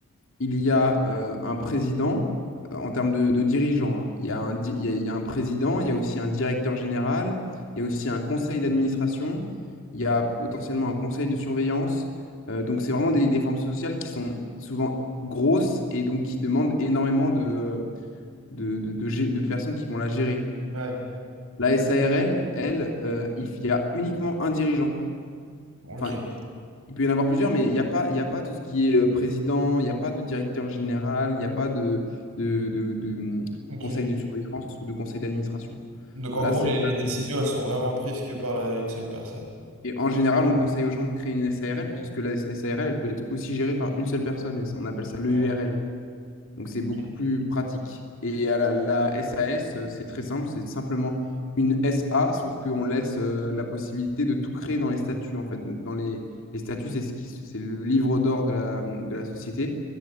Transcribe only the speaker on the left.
il y a euh, un président euh, en termes de, de dirigeants. hein. Il y a un, di- il y a- il y a un président, il y a aussi un directeur général, il y a aussi un conseil d'administration, il y a potentiellement un conseil de surveillance. Euh, donc, c'est vraiment des, des formes sociales qui sont souvent grosses et donc qui demandent énormément de, euh, de, de- de gé- de personnes qui vont la gérer.
La SARL, elle, euh, il y a uniquement un dirigeant
enfin, il il peut y en avoir plusieurs, mais il n'y a pas, il y a pas tout ce qui est euh, président, il n'y a pas de directeur général, il n'y a pas de, de, de- de, hum,
conseil de surveillance ou de conseil d'administration.
Là,
c'est
vraiment-
Et en général, on conseille aux gens de créer une SARL, puisque la SARL, elle peut être aussi gérée par une seule personne, et ça- on appelle ça l'EURL.
Donc c'est beaucoup
plus pratique. Et à la, la SAS, euh, c'est très simple, c'est simplement une SA, sauf qu'on laisse euh, la possibilité de tout créer dans les statuts, en fait. Donc dans les, les statuts, c'est ce qui, c'est le livre d'or de la, de la société.